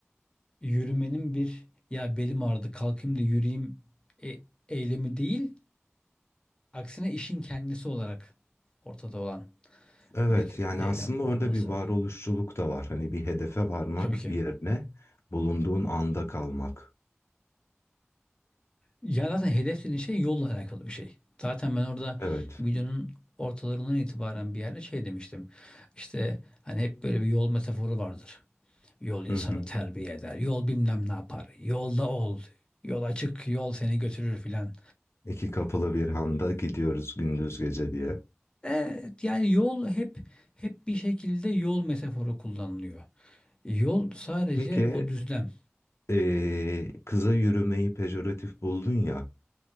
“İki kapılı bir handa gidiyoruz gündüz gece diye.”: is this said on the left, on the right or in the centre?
Left